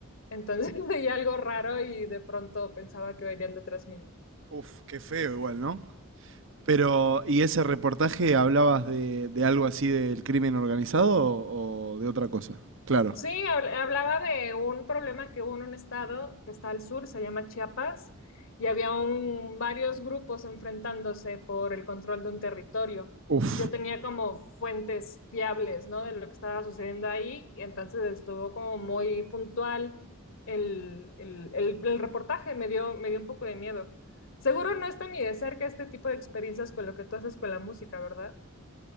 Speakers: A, on the left; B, on the right.
A: Entonces <laughs> veía algo raro y de pronto pensaba que venían detrás mío.
B: Uf, qué feo igual, ¿no? Pero, ¿y ese reportaje hablabas de, de algo así del crimen organizado o, o de otra cosa? Claro.
A: Sí, habl- hablaba de un problema que hubo en un estado que está al sur, se llama Chiapas, y había un- varios grupos enfrentándose por el control de un territorio.
B: Uf.
A: Y yo tenía como fuentes fiables, ¿no? De lo que estaba sucediendo ahí, y entonces estuvo como muy puntual el, el- el- el reportaje, me dio, me dio un poco de miedo. Seguro no está ni de cerca este tipo de experiencias con lo que tú haces con la música, ¿verdad?